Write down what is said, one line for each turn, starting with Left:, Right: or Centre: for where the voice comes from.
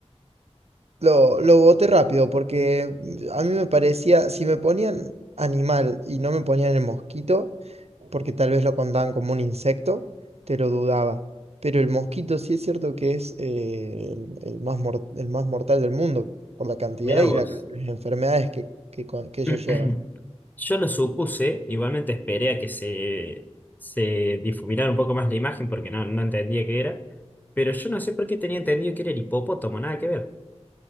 Right: Lo, lo boté rápido porque mm, a mí me parecía, si me ponían animal y no me ponían el mosquito, porque tal vez lo contaban como un insecto, te lo dudaba. Pero el mosquito sí es cierto que es eh, el, el más mor- el más mortal del mundo por la cantidad
Left: Mira
Right: y
Left: vos.
Right: la ca- las enfermedades que, que, con- que ellos
Left: <clears throat>
Right: llevan.
Left: Yo lo supuse, igualmente esperé a que se, se difuminara un poco más la imagen porque no, no entendía qué era, pero yo no sé por qué tenía entendido que era el hipopótamo, nada que ver.